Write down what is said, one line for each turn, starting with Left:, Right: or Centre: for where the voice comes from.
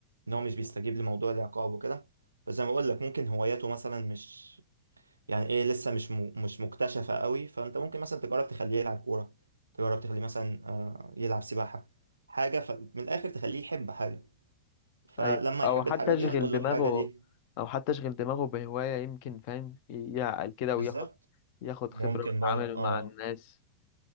Right: ان هو مش بيستجيب لموضوع العقاب وكده فزي ما بقول لك ممكن هواياته مثلا مش يعني ايه لسه مش م... مش مكتشفة قوي فانت ممكن مثلا تجرب تخليه يلعب كورة تجرب تخليه مثلا آه، يلعب سباحة حاجة ف... من الاخر تخليه يحب حاجة فلما
Left: ايوه او
Right: يحب
Left: حتى
Right: الحاجة دي
Left: اشغل
Right: هنقول
Left: دماغه
Right: له الحاجة دي
Left: او حتى اشغل دماغه بهواية يمكن فاهم يعقل كده
Right: بالظبط
Left: وياخد ياخد
Right: ممكن
Left: خبرة ويتعامل
Right: برضه اه
Left: مع الناس